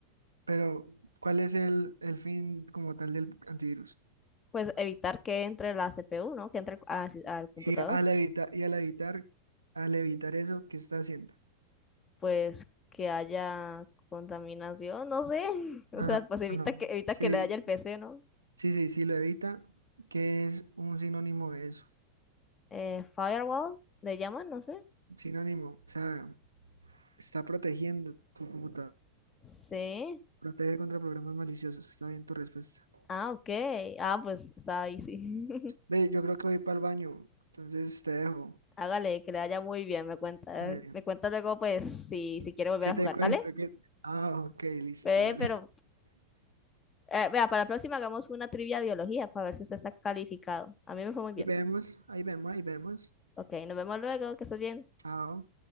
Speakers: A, on the right; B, on the left.
A: Pero, ¿cuál es el, el fin como tal del antivirus?
B: Pues evitar que entre la CPU, ¿no? Que entre al al computador.
A: Y al evitar, y al evitar, al evitar eso, ¿qué está haciendo?
B: Pues que haya contaminación, no sé. <laughs> O
A: No,
B: sea,
A: no,
B: pues evita
A: no. no.
B: que, evita
A: Sí,
B: que le haya el PC, ¿no?
A: sí, sí, sí lo evita. ¿Qué es un sinónimo de eso?
B: Eh, firewall, le llaman, no sé.
A: Sinónimo, o sea, está protegiendo tu computador.
B: Sí.
A: Protege contra programas maliciosos. Está bien tu respuesta.
B: Ah, ok. Ah, pues está ahí, sí. <laughs>
A: Ve, yo creo que voy para el baño. Entonces te dejo.
B: Hágale, que le vaya muy bien, me cuenta.
A: Vale.
B: Me cuenta luego, pues, si, si quiere volver
A: ¿Qué
B: a
A: te
B: jugar,
A: cuento?
B: ¿vale?
A: ¿Qué... Ah, ok, listo,
B: Ve,
A: dale.
B: pero, eh, vea, para la próxima hagamos una trivia de biología para ver si usted está calificado. A mí me fue muy bien.
A: Ahí vemos, ahí vemos, ahí vemos.
B: Ok, nos vemos luego, que estés bien.
A: Chao.